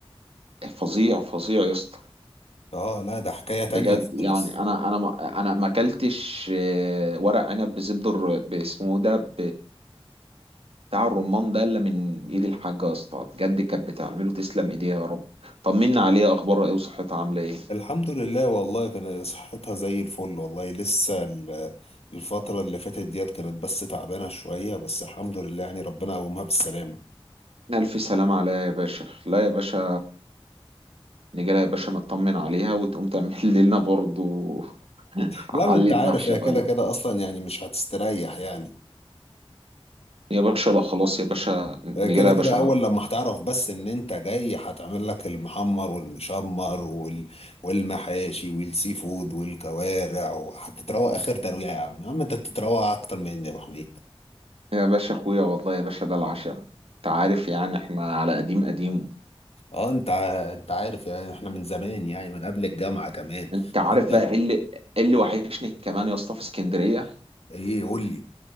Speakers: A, on the right; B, on the left.
A: فظيع فظيع يا اسطى
B: اه لا ده حكاية تانية
A: بجد
B: خالص
A: يعني انا انا ما انا ما اكلتش آه، ورق عنب بزبده الر- باسمه ده ب... بتاع الرمان ده الا من ايد الحاجه يا اسطى بجد كانت بتعمله تسلم ايديها يا رب طمنا عليها اخبارها ايه وصحتها عامله ايه
B: الحمد لله والله كان صحتها زي الفل والله لسه ال- الفترة اللي فاتت ديت كانت بس تعبانة شوية بس الحمد لله يعني ربنا قومها بالسلامة
A: الف سلامه عليها يا باشا لا يا باشا نجي لها يا باشا نطمن عليها وتقوم تعمل <laughs> لنا برضو
B: لا
A: علة
B: ما انت عارف
A: محشي
B: هي
A: حالا
B: كده كده اصلا يعني مش هتستريح يعني
A: يا باشا لا خلاص يا باشا
B: هي
A: نجي
B: كده
A: لها يا
B: كده
A: باشا نط-
B: اول لما هتعرف بس ان انت جاي هتعمل لك المحمر والمشمر وال... والمحاشي والسي فود والكوارع وهتتروق اخر ترويع يا عم يا عم انت بتتروق اكتر مني يا ابو حميد
A: يا باشا اخويا والله يا باشا ده العشم انت عارف يعني احنا على قديم قديم
B: اه انت ع- انت عارف يعني احنا من زمان يعني من قبل الجامعة كمان
A: انت عارف
B: وانت
A: بقى ايه اللي إيه اللي وحشني كمان يا اسطى في اسكندريه
B: ايه قول لي